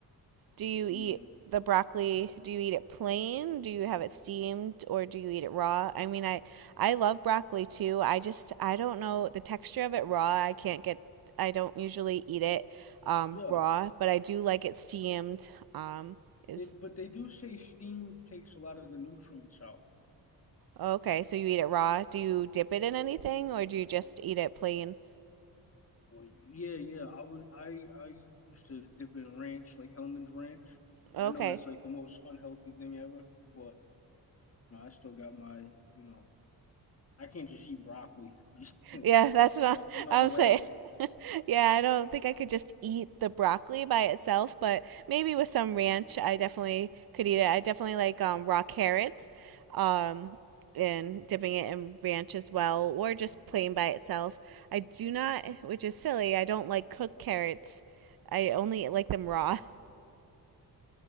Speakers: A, on the right; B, on the left.
A: Do you
B: you
A: eat
B: know
A: the broccoli? Do you eat it plain? Do you have it steamed or do you eat it raw? I mean, I I love broccoli too. I just I don't know the texture of it raw. I can't get I don't usually eat it um
B: yeah.
A: raw, but I do like it steamed. Um is
B: It, but they do say steam takes a lot of the nutrients out.
A: okay, so you eat it raw. Do you dip it in anything
B: Hmm.
A: or do you just eat it plain?
B: Well, yeah, yeah. I was I I used to dip in ranch, like Hellman's Ranch.
A: Okay.
B: I know that's like the most unhealthy thing ever, but no, I still got my, you know, I can't just eat broccoli. <laughs>
A: Yeah, <laughs> that's not
B: No, I'm not
A: I'm
B: a rabbit.
A: saying yeah, I don't think I could just eat the broccoli by itself, but maybe with some ranch, I definitely could eat it. I definitely like um, raw carrots um, and dipping it in ranch as well, or just plain by itself. I do not, which is silly, I don't like cooked carrots. I only like them raw.